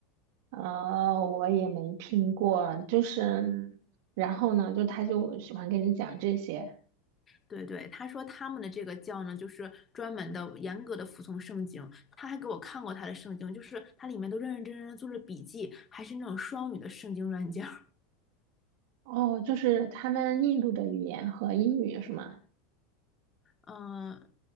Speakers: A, on the right; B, on the left.
A: 呃，我也没听过，就是，然后呢，就他就喜欢跟你讲这些。
B: 对对，他说他们的这个教呢，就是专门的、严格的服从圣经。他还给我看过他的圣经，就是他里面都认认真真的做着笔记，还是那种双语的圣经软件儿。
A: 哦，就是他们印度的语言和英语是吗？
B: 嗯，